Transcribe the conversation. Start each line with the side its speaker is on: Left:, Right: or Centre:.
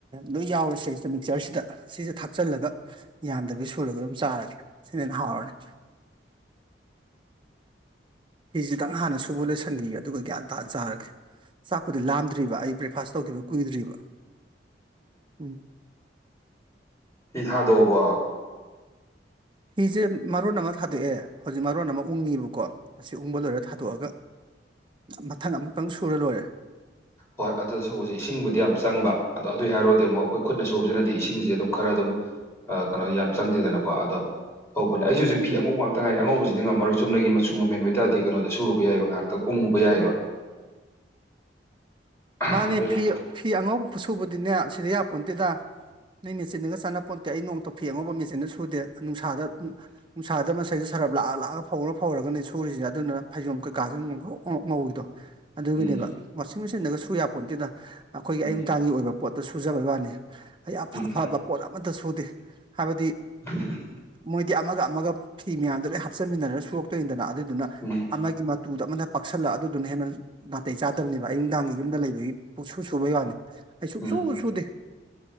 Right: ꯂꯣꯏ ꯌꯥꯎꯔꯦ ꯁꯤꯩꯁꯤꯗ ꯃꯤꯛꯆꯔꯁꯤꯗ ꯁꯤꯁꯦ ꯊꯥꯛꯆꯜꯂꯒ ꯌꯥꯟꯗ꯭ꯔꯕꯤ ꯁꯨꯔꯒ ꯑꯗꯨꯝ ꯆꯥꯔꯗꯤ ꯁꯤꯗꯅ ꯍꯥꯎꯔꯅꯤ ꯐꯤꯁꯤꯗꯪ ꯍꯥꯟꯅ ꯁꯨꯕ ꯂꯣꯏꯁꯤꯟꯈꯤ ꯑꯗꯨꯒ ꯒ꯭ꯌꯥꯟ ꯇꯥꯅ ꯆꯥꯔꯒꯦ ꯆꯥꯛꯄꯨꯗꯤ ꯂꯥꯝꯗ꯭ꯔꯤꯕ ꯑꯩ ꯕ꯭ꯔꯦꯛꯐꯥꯁ ꯇꯧꯈꯤꯕ ꯀꯨꯏꯗ꯭ꯔꯤꯕ ꯎꯝ
Left: ꯐꯤ ꯊꯥꯗꯣꯛꯑꯕꯣ
Right: ꯐꯤꯁꯦ ꯃꯔꯣꯟ ꯑꯃ ꯊꯥꯗꯣꯛꯑꯦ ꯍꯧꯖꯤꯛ ꯃꯔꯣꯟ ꯑꯃ ꯎꯪꯉꯤꯕꯀꯣ ꯑꯁꯤ ꯎꯪꯕ ꯂꯣꯏꯔ ꯊꯥꯗꯣꯛꯑꯒ ꯃꯊꯪ ꯑꯃꯨꯛꯇꯪ ꯁꯨꯔ ꯂꯣꯏꯔꯦ
Left: ꯍꯣꯏ ꯑꯗꯨꯗ ꯁꯨꯕꯖ‌ꯦ ꯏꯁꯤꯡꯕꯨꯗꯤ ꯌꯥꯝ ꯆꯪꯕ ꯑꯗꯣ ꯑꯗꯨꯏ ꯍꯥꯏꯔꯨꯔꯗꯤ ꯑꯃꯨꯛ ꯑꯩꯈꯣꯏ ꯈꯨꯠꯅ ꯁꯨꯕꯁꯤꯅꯗꯤ ꯏꯁꯤꯡꯁꯦ ꯑꯗꯨꯝ ꯈꯔ ꯑꯗꯨꯝ ꯀꯩꯅꯣ ꯌꯥꯝ ꯆꯪꯗꯦꯗꯅꯀꯣ ꯑꯗꯣ ꯍꯧꯕꯅꯦ ꯑꯩꯁꯨ ꯍꯧꯖꯤꯛ ꯐꯤ ꯑꯉꯧꯕ ꯉꯥꯛꯇ ꯉꯥꯏꯔ‌ꯦ ꯑꯉꯧꯕꯁꯤꯗꯤ ꯉꯝꯃꯔꯣꯏ ꯆꯨꯝꯅꯒꯤ ꯃꯆꯨ ꯃꯃꯦꯟ ꯑꯣꯏꯇꯥꯔꯗꯤ ꯀꯩꯅꯣꯗ ꯁꯨꯔꯨꯕ ꯌꯥꯏꯕ ꯉꯥꯏꯍꯥꯛꯇ ꯎꯪꯉꯨꯕ ꯌꯥꯏꯑꯕ ꯑꯗꯨꯅꯦ
Right: ꯃꯥꯅꯦ ꯐꯤ ꯐꯤ ꯑꯉꯧꯕ ꯁꯨꯕꯗꯤꯅꯦ ꯁꯤꯗ ꯌꯥ ꯄꯣꯟꯇꯦꯗ ꯅꯣꯏ ꯃꯦꯆꯤꯟꯅꯒ ꯆꯥꯟꯅ ꯄꯣꯟꯇꯦ ꯑꯩ ꯅꯣꯡꯇꯥ ꯐꯤ ꯑꯉꯧꯕ ꯃꯦꯆꯤꯟꯅ ꯁꯨꯗꯦ ꯅꯨꯡꯁꯥꯗ ꯅꯨꯡꯁꯥꯗ ꯁꯤꯗ ꯁꯔꯞ ꯂꯥꯛꯑ ꯂꯥꯛꯑ ꯐꯧꯔ ꯐꯧꯔꯒꯅꯤ ꯁꯨꯔꯤꯁꯤꯅꯦ ꯑꯗꯨꯅ ꯐꯩꯖꯣꯝ ꯀꯩꯀꯥꯁꯤꯃ ꯐꯂꯣꯛ ꯑꯃꯨꯛ ꯉꯧꯏꯗꯣ ꯑꯗꯨꯒꯤꯅꯦꯕ
Left: ꯎꯝ
Right: ꯋꯥꯁꯤꯟ ꯃ‌ꯦꯁꯤꯟꯗꯒ ꯁꯨ ꯌꯥꯄꯣꯟ ꯅꯠꯇꯦꯗꯅ ꯑꯩꯈꯣꯏꯒꯤ
Left: ꯎꯝ
Right: ꯑꯌꯨꯨꯝꯗꯥꯡꯒꯤ ꯑꯣꯏꯕ ꯄꯣꯠꯇ ꯁꯨꯖꯕꯩ ꯋꯥꯅꯤ ꯑꯩ ꯑꯐ
Left: ꯎꯝ
Right: ꯑꯐꯕ ꯄꯣꯠ ꯑꯃꯠꯇꯥ ꯁꯨꯗꯦ ꯍꯥꯏꯕꯗꯤ
Left: <unintelligible>
Right: ꯃꯣꯏꯗꯤ ꯑꯃꯒ ꯑꯃꯒ ꯐꯤ ꯃꯌꯥꯝꯗꫭ ꯂꯣꯏ ꯍꯥꯞꯆꯟꯃꯤꯟꯅꯔꯒ ꯁꯣꯛꯛꯇꯣꯏꯅꯤꯗꯅ ꯑꯗꯨ ꯑꯗꯨꯅ
Left: ꯎꯝ
Right: ꯑꯃꯒꯤ ꯃꯇꯨꯗ ꯑꯃꯅ ꯄꯥꯛꯁꯜꯂ ꯑꯗꯨꯗꯨꯅ ꯍꯦꯟꯅ ꯅꯥꯇꯩ ꯆꯥꯗ ꯅꯠꯇꯕꯅꯦꯕ ꯑꯌꯨꯅꯨꯡꯗꯥꯡꯒꯤ ꯌꯨꯝꯗ ꯂꯩꯕꯒꯤ ꯄꯨꯡꯁꯨ ꯁꯨꯕꯩ ꯋꯥꯅꯤ ꯑꯩ ꯁꯨꯡꯁꯨ
Left: ꯎꯝ
Right: ꯁꯨꯗꯦ